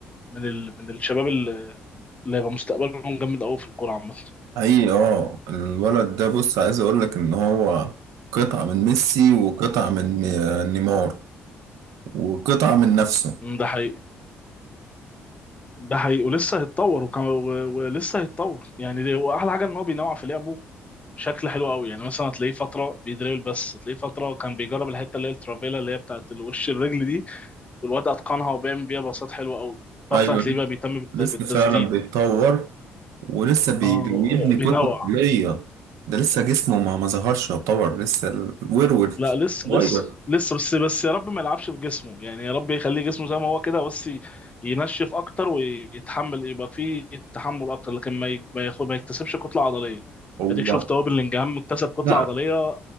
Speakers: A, on the left; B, on the right.
A: من ال... من الشباب اللي هيبقى مستقبلهم جامد قوي في الكوره عامه
B: حقيقي اه الولد ده بص عايز اقول لك ان هو قطعه من ميسي وقطعه من آه، نيمار وقطعه من نفسه
A: مم، ده حقيقي ده حقيقي ولسه هيتطور وكم... و... ولسه هيتطور يعني دي... واحلى حاجه ان هو بينوع في لعبه بشكل حلو قوي يعني مثلا هتلاقيه فتره بيدريبل بس هتلاقيه فتره كان بيجرب الحته اللي هي الترافيلا اللي هي بتاعت الوش الرجل دي والواد اتقنها وبيعمل بيها باصات حلوه قوي فتره
B: ايوه
A: هتلاقيه بقى بيهتم بالت...
B: لسه
A: بالتسديد
B: فعلا بيتطور ولسه بي-
A: اه آه،
B: بيبني
A: بينوع
B: كتلة عضلية ده لسه جسمه ما ما ظهرش يعتبر لسه الورور
A: لا لسه
B: صغير
A: لسه لسه بس بس يا رب ما يلعبش بجسمه يعني يا رب يخليه جسمه زي ما هو كده بس ي- ينشف اكتر ويتحمل يبقى فيه تحمل اكتر لكن ما ي- ما ياخد ما يكتسبش كتله عضليه
B: هو
A: اديك شفت اهو بلينجهام اكتسب كتله
B: لا
A: عضليه آه،